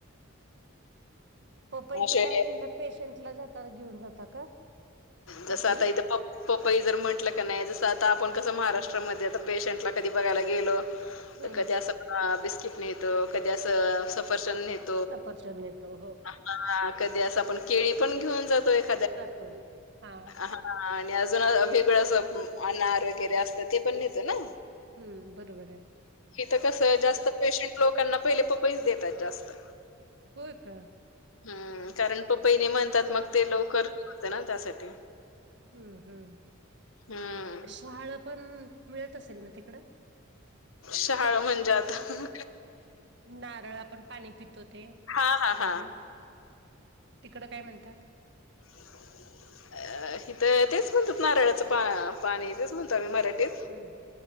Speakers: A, on the right (about 55°); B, on the left (about 80°).
A: पपईचं
B: असे
A: काय म्हणलं. पेशंट ला जाताना घेऊन जाता का.
B: जसं
A: पपई
B: आता इथ पपई जर म्हटलं का नाही, जसं आता आपण कसं महाराष्ट्रामध्ये आता पेशंटला कधी बघायला गेलो.
A: हम्म
B: तर कधी असं बिस्किट नेतो, कधी असं सफरचंद नेतो.
A: सफरचंद नेतो.
B: हा कधी असा आपण केळी पण घेऊन जातो. एक
A: <unintelligible>
B: हा आणि अजून वेगळं अस अनार वगैरे असत. ते पण नेतो ना?
A: हम्म बरोबर आहे
B: तिथं कसं जास्त पेशंट लोकांना पहिले पपई देतात जास्त
A: होय का?
B: हम्म कारण पपई म्हणतात मग ते लवकर होते ना त्यासाठी.
A: हम्म हम्म
B: हम्म
A: शहाळ पण मिळत असेल ना तिकडं?
B: शहाळ म्हणजे आता
A: नारळ आपण पाणी पितो ते
B: हा
A: स्ट्रॉनी
B: हा हा
A: तिकड काय म्हणतात.
B: <unintelligible> अ हिथं तेच म्हणतात, नारळाच पा पाणी तेच म्हणतो आम्ही मराठीत.
A: हम्म